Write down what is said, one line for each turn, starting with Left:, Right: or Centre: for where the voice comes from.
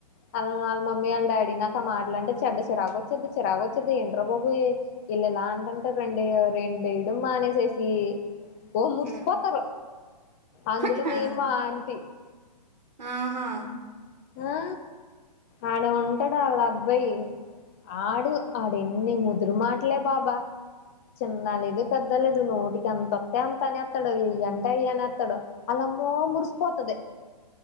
Left: వాళ్ వాళ్ళ మమ్మీ వాళ్ళ డాడీ నాకు ఆ మాట్లాంటే చెడ్డ చిరాగ్గా వచ్చేది చిరాగ్గా వచ్చేది ఏంట్రాబాబు ఇ ఇల్ ఇలా అంటుంటే రెండు ఏయ్ రెండు ఎయడం మానేసేసి ఓ మురిసిపోతరు
Right: హ్మ్.
Left: అందులో
Right: కాదు
Left: మేన్ మా ఆంటీ
Right: ఆహా
Left: ఆ ఆడు ఉంటాడు వాళ్ళ అబ్బాయి ఆడు ఆడు ఎన్ని ముదురు మాటలే బాబా చిన్న లేదు పెద్దలేదు నోటికి ఎంత్తోతే అనెత్తడు ఇయ్యంటే ఇయ్యి అనెత్తడు ఆలమ్మో ఓ మురిసిపోతది